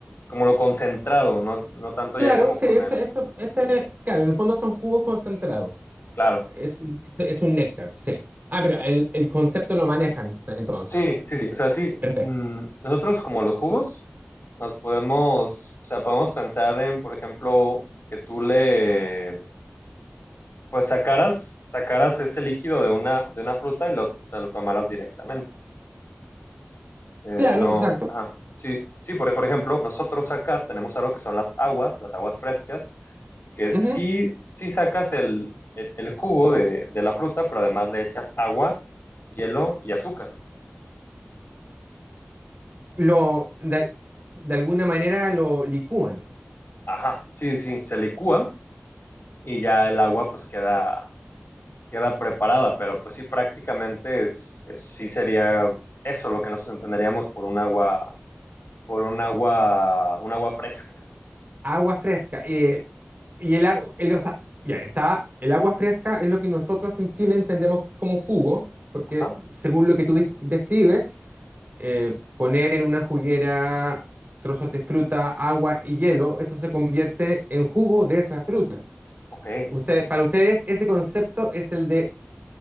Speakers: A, on the left (about 65°); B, on the right (about 45°).
A: como lo concentrado, no, no tanto
B: Claro,
A: ya como
B: sí,
A: con
B: ese,
A: el,
B: ese- ese- claro, en el fondo son jugos concentrados.
A: claro.
B: Es un, es, es un néctar, sí. Ah, pero el,
A: sí,
B: el concepto lo manejan entonces.
A: Sí, sí, sí. O sea, sí,
B: Perfecto.
A: mm, nosotros como los jugos nos podemos, o sea, podemos pensar en, por ejemplo, que tú le, pues sacaras, sacaras ese líquido de una, de una fruta y lo, te lo tomaras directamente. Eh,
B: Claro,
A: no,
B: exacto.
A: ajá. Sí, sí, por, por ejemplo, nosotros acá tenemos algo que son las aguas, las aguas frescas, que
B: Ujú.
A: sí, sí sacas el, el, el jugo de, de la fruta, pero además le echas agua, hielo y azúcar.
B: Lo, de, de alguna manera lo licúan.
A: Ajá, sí, sí, se licúa y ya el agua pues queda, queda preparada, pero pues sí, prácticamente es, es- sí sería eso lo que nosotros entenderíamos por un agua, por un agua, un agua fresca.
B: Agua fresca. Eh, Y el agua, o sea, ya está, el agua fresca es lo que nosotros en Chile entendemos como jugo, porque
A: Ajá,
B: según lo que tú dis- describes, eh, poner en una juguera trozos de fruta, agua y hielo, eso se convierte en jugo de esa fruta.
A: ok.
B: Usted, para ustedes ese concepto es el de